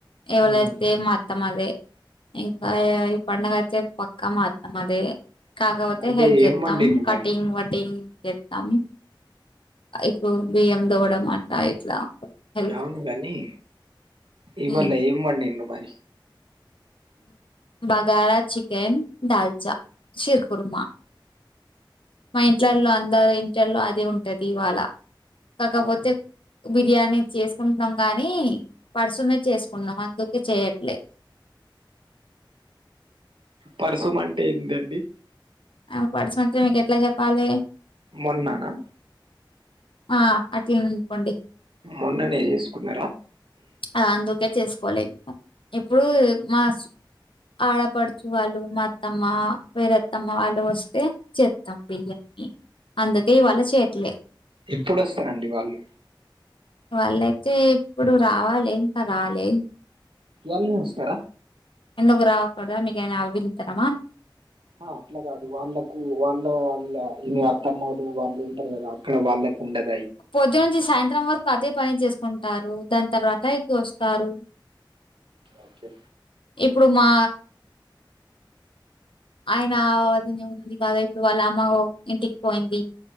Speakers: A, on the left; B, on the right.
A: ఎవలైతే
B: హ్మ్.
A: మత్తం అదే ఇంకా పడనగాతే పక్క మాత్ మధ కాకపోతే
B: అదే
A: హెల్ప్ చేస్తాం
B: ఏం వండిండ్రు మరి?
A: కటింగ్ వట్టి చెతాము ఇప్పుడు బియ్యం దోడం అట్లా ఇట్లా హెల్ప్
B: అవును కాని ఇవ్వల్
A: ఉమ్
B: ఇవ మ నను రు మ
A: బగారా చికెన్ దాల్చా సిరుకుర్మ మా ఇంట్లో అంద ఇట్లో అది ఉంటది ఇవాళ కాకపోతే
B: అవునా?
A: బిర్యానీ చేసుకుంటున్నాం గానీ పర్సునేే చేసుకున్నాం అందుకే చేయట్లేదు
B: పరశుమ అంటే ఏందండి
A: ఆ పర్సంట మీకు ఎట్లా చెప్పాలి
B: మొన్నానా
A: ఆ అట్లే అంకోండి
B: మొన్ననే చేసుకున్నారా
A: ఆ అందుకెచేస్త కోలే మే ఇప్పుడు మా ఆడపడుచు వాళ్ళు మా అత్తమ్మ వేరత్తమ్మ వాళ్ళు వస్తే చేస్తాం బిర్యాన్ని అందుకే ఇవాళ చేయట్లేదు
B: ఎప్పుడుొస్తానండి వాళ్ళు
A: వాళ్ళయితే ఇప్పుడు రావాలి ఇంకా రాలే
B: ఎయల్ నమస్కార
A: ఎందుకు రావకూడదా మీకనా అభతారమా
B: ఆ అట్లా కాదు వాళ్ళకు వాళ్ళ వాళ్ళ అత్తమ్మారు వాళ్ళు ఉంటారు కదా అక్కడ వాళ్ళకు ఉండదు
A: పోజ నుంచి సాయంత్రం వరకు అద పని చేసుకుంటారు దాని తర్వాత ఎక్కు వస్తారు
B: ఓకే
A: ఇప్పుడు మా ఆయన అదినే ఉంది కాదా ఇప్పుడు వాళ్ళ అమ్మ ఇంటికి పోయింది